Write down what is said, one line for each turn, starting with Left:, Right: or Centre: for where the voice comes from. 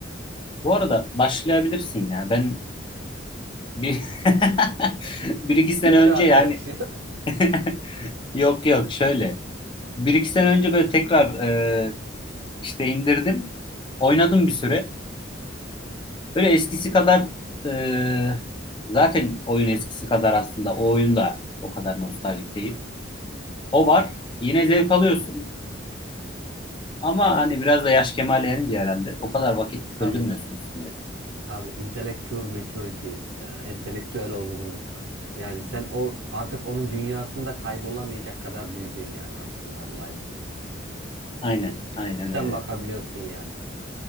Left: Bu arada başlayabilirsin ya. Ben bir, <laughs> bir iki sene
Right: Kötü
Left: önce
Right: arkadaş
Left: yani
Right: <laughs> ya.
Left: <laughs> yok yok şöyle. Bir iki sene önce böyle tekrar e, işte indirdim. Oynadım bir süre. Böyle eskisi kadar e, zaten oyun eskisi kadar aslında o oyun da o kadar nostaljik değil. O var. Yine zevk alıyorsun. Ama hani biraz da yaş kemale erince herhalde o kadar vakit
Right: Tabii.
Left: öldürmüyorsun üstünde.
Right: Abi intellectual maturity, e, entelektüel olgunluk. Yani sen o artık onun dünyasında kaybolamayacak kadar büyüdün yani aslında olay bu.
Left: Aynen, aynen
Right: Cidden
Left: öyle.
Right: bakabiliyorsun yani.